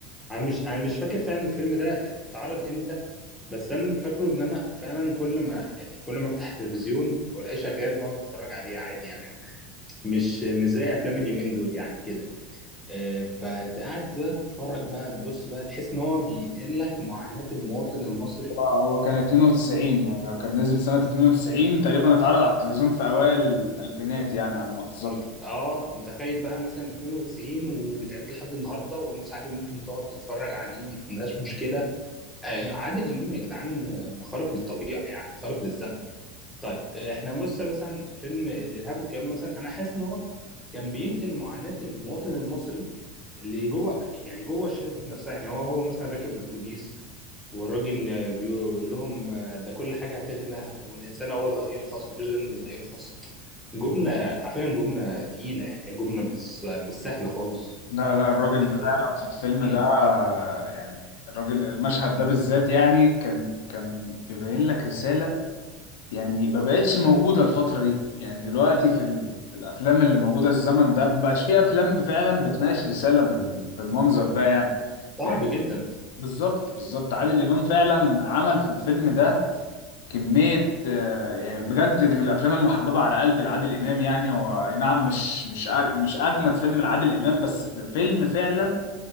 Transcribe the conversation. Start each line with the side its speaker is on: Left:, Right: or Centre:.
Centre: انا مش انا مش فاكر فعلا الفيلم ده اتعرض امتى بس انا اللي فاكره ان انا فعلا كل ما يعني كل ما افتح التلفزيون والاقيه شغال بقعد اتفرج عليه عادي يعني مش مش زي افلام اليومين دول يعني كده اه، فقعدت بقى تتفرج بقى تبص بقى تحس ان هو بينقل لك معاناة المواطن المصري
Left: هو هو كان 92 يعني هو كان نزل سنة 92 تقريبا اتعرض على التلفزيون في أوائل الألفينات يعني على ما أتذكر
Centre: مت... اه متخيل بقى مثلا 92 وبيتعرض لحد النهارده والناس عادي ممكن تقعد تتفرج عليه وما عندهاش مشكله آه عادل امام يا جدعان آه، خارق للطبيعه يعني خارق للزمن طيب آه احنا بص مثلا فيلم الارهاب والكباب مثلا انا حاسس ان هو كان بينقل معاناه المواطن المصري اللي جوه يعني جوه الشاشه ذات نفسها يعني هو هو مثلا راكب الاتوبيس والراجل آه، بيقول لهم آه، ده كل حاجه هتغلى والانسان هو اللي هيرخص مفيش غيرنا اللي هيرخص جملة على فكرة جملة تقيلة يعني هي جملة مش مش سهلة خالص
Left: لا لا الراجل
Centre: <laughs> إيه،
Left: ده فعلا في الفيلم ده
Centre: مم.
Left: يعني الراجل المشهد ده بالذات يعني كان كان بيبين لك رسالة يعني ما بقتش موجودة الفترة دي يعني دلوقتي في ال... في الأفلام اللي موجودة الزمن ده ما بقاش في أفلام فعلا بتناقش رسالة بال... بالمنظر ده يعني
Centre: صعب
Left: لا
Centre: جدا
Left: بالظبط بالظبط عادل إمام فعلا عمل في الفيلم ده كمية آه، يعني بجد دي من الأفلام المحببة على قلبي لعادل إمام يعني هو أي نعم مش مش أج- مش أجمد فيلم لعادل إمام بس في فيلم فعلا